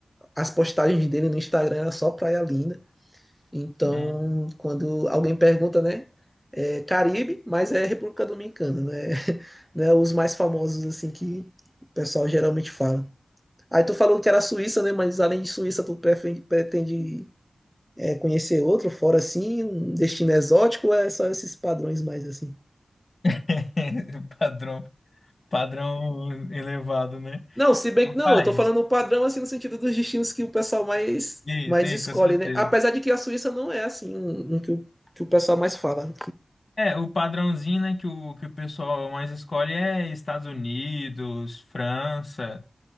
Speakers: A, in the centre; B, on the left.
A: as postagens dele no Instagram era só praia linda. Então,
B: Hum.
A: quando alguém pergunta, né? É Caribe, mas é República Dominicana, né? <laughs> né? Os mais famosos, assim, que o pessoal geralmente fala. Aí tu falou que era Suíça, né? Mas além de Suíça, tu prefe- pretende é, conhecer outro fora assim, um destino exótico, ou é só esses padrões mais assim?
B: <laughs> Padrão, padrão elevado, né?
A: Não, se bem
B: Rapaz,
A: que não, eu tô falando padrão assim no sentido dos destinos que o pessoal mais
B: e aí,
A: mais
B: sim,
A: escolhe,
B: com certeza.
A: né? Apesar de que a Suíça não é assim um, um que, o, que o pessoal mais fala,
B: É, o padrãozinho, né, que o, que o pessoal mais escolhe é Estados Unidos, França,